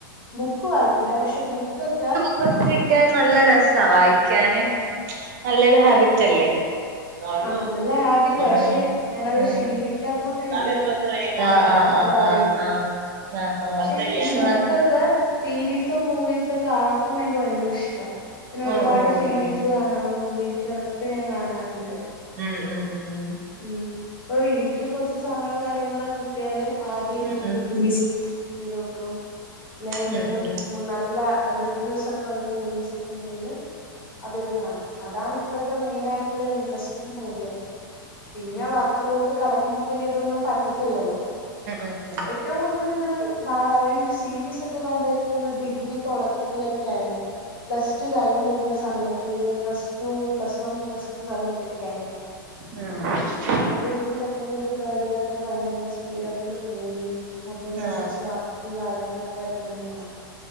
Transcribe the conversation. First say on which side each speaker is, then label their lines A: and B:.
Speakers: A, on the left; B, on the right.
A: ബുക്ക് വായിക്കില്ല. പക്ഷെ, ബുക്ക് ഒക്കെ
B: ഇപ്പ കിട്ടിയൽ നല്ല രസ വായിക്കാന്. നല്ലൊരു
A: ഓഹ്
B: ഹാബിറ്റ് അല്ലേ ഉം
A: ആഹ്, നല്ല ഹാബിറ്റ പക്ഷെ
B: ഉം
A: ഞാനത്
B: ഉം
A: ക്ഷീലിക്കാത്തൊണ്ട് എനിക്ക
B: ആഹ് ആഹ്
A: അത് അത്ര
B: ആഹ്
A: അറിയില്ല.
B: ആഹ് ആഹ് ആഹ് ആഹ്
A: പക്ഷെ, ഈ ബുക്കൊക്ക
B: നൽ
A: സീരീസോ, മൂവീസൊക്ക, ആക്കുന്ന എനിക്ക് ഭയങ്കര ഇഷ്ടാ. പിന്നെ, ഒരുപാട്
B: ഉം ഉം
A: സീരീസ്
B: ഉം
A: കാണ മൂവീസ് അതൊക്കെ ഞാൻ കാണാറുണ്ട്.
B: ഉം, ഉം, ഉം
A: ഉം, ഇപ്പൊ വീട്ടില് കുറച്ച് സമയോ കാര്യങ്ങളോ കിട്ടിയാല് ആദ്യം
B: ഉം
A: ഏതോലും
B: ഉം ഉം ഉം ഉം ഉം ഉം ഉം
A: സീരീസ് ചെയ്ത് നോക്കും. അല്ലെങ്കി, എന്തെലും
B: ഉം
A: നല്ല റിവ്യൂസ് ഒക്കെ ഉള്ള മൂവീസ് ഒക്കെ ഉണ്ടെങ്കില്, അത് ഇരുന്ന് കണും. അതാണ് ഇപ്പോഴത്തെ മെയിന ആയിട്ടുള്ള ഇൻട്രസ്റ്റിഗ് ഹോബി. ഒക്കെ പിന്നെ വർക്കിലോട്ട് കടക്കും. പിന്നെ, ഇതൊന്നും പറ്റത്തില്ല ല്ലോ?
B: ഉം ഉം
A: ഏറ്റവും കൂടുതൽ ഇത്. ന, ഈ സീരീസ് ഒക്കെ കണ്ടിരിക്ക ഡിഗ്രി തുടക്കത്തിലൊക്കെ ആയിരുന്നു. പ്ലസ് ടു, കഴിഞ്ഞിരുന്ന സമയത്തിൽ plus two, plus one, plus സമയത്തൊക്കെ ആയിരുന്നു.
B: ആഹ്.
A: പിന്നെ ഡിഗ്രി സെക്കൻ് ഇയർ തേഡ് ഇയർ ഒക്കെ ഭയങ്കര സ്പീഡപ്പില് പോയി അ <unintelligible>
B: ആഹ്
A: കുറച്ച് വർക്ക് കാര്യങ്ങളൊക്കെ, ഇപ്പ അതങ്ങ് മാറ